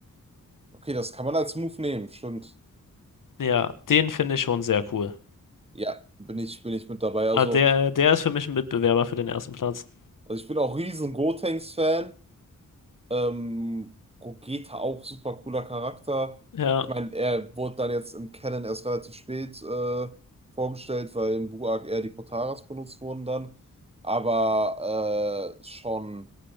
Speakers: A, on the right; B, on the left.
A: Okay, das kann man als Move nehmen, stimmt.
B: Ja, den finde ich schon sehr cool.
A: Ja, bin ich, bin ich mit dabei. Also,
B: Ah, der, der ist für mich ein Mitbewerber für den ersten Platz.
A: also ich bin auch riesen Gotenks-Fan. Ähm, Gogeta auch super cooler Charakter.
B: Ja.
A: Ich meine, er wurde dann jetzt im Canon erst relativ spät äh, vorgestellt, weil im Blue Arc eher die Potaras benutzt wurden dann. Aber äh, schon,